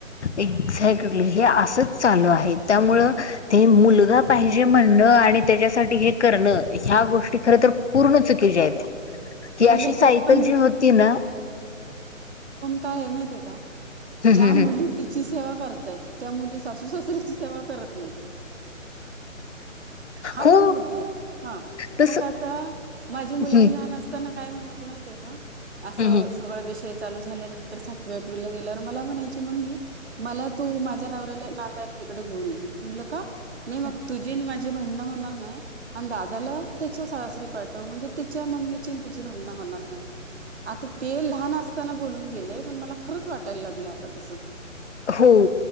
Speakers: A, on the left; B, on the right.
A: एक्झॅक्टली हे असंच चालू आहे त्यामुळ ते मुलगा पाहिजे म्हणणं आणि त्याच्यासाठी हे करणं ह्या गोष्टी खर तर पूर्ण चुकीच्या आहेत्या कि
B: बरं
A: अशी
B: ह्याच्यात
A: सायकल
B: पण
A: जी होती ना
B: काये माहितीये का
A: हम्म
B: ज्या
A: हम्म
B: मुली
A: हम्म
B: तिची तेवा करतायत त्या मुली सासू सासऱ्याची सेवा करत नाहीत हा
A: हो
B: पण मुद्दा आहे हा
A: तस
B: मग आता माझी मुलगी
A: हम्म
B: लहान असताना काय म्हणायची माहितीय का असं
A: हम्म हम्म
B: सगळं विषय चालू झाल्यानंतर सातवी आठवीला गेल्यावर मला म्हणायची मम्मी मला तू माझ्या नवऱ्याला नांदायला हिकड घेऊन ये म्हणल का नाही मग तुझी आणि माझी भांडणं होणार नाही आणि दादाला त्याच्या सासरी पाठव म्हणजे तिच्या मम्मीची आणि तिची भडणं होणार नाही आता ते लहान असताना बोलून गेले पण मला खरंच वाटायला लागलय आता तसं
A: हो